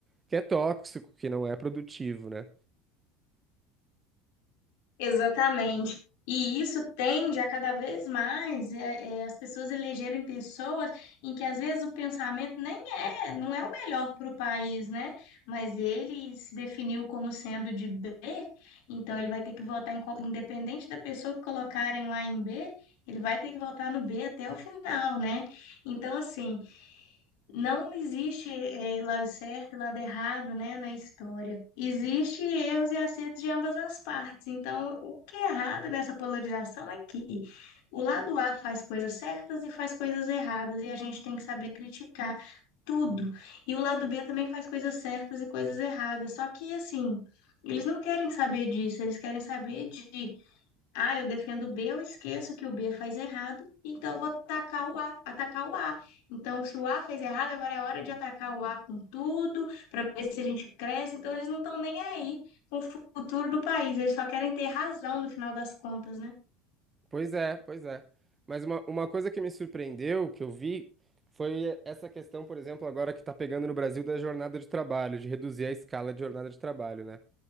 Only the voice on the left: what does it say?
Exatamente. E isso tende a cada vez mais é, é, as pessoas elegerem pessoas em que às vezes o pensamento nem é, não é o melhor para o país, né? Mas ele se definiu como sendo de B, então ele vai ter que votar em qual- independente da pessoa que colocarem lá em B, ele vai ter que votar no B até o final, né? Então, assim, não existe eh, lado certo e lado errado, né, na história. Existe erros e acertos de ambas as partes. Então, o que é errado nessa polarização é que o lado A faz coisas certas e faz coisas erradas, e a gente tem que saber criticar tudo. E o lado B também faz coisas certas e coisas erradas. Só que, assim, eles não querem saber disso, eles querem saber de ah, eu defendo o B, eu esqueço que o B faz errado, então eu vou atacar o A, atacar o A. Então, se o A fez errado, agora é hora de atacar o A com tudo, para ver se a gente cresce. Então, eles não estão nem aí com o futuro do país, eles só querem ter razão no final das contas, né?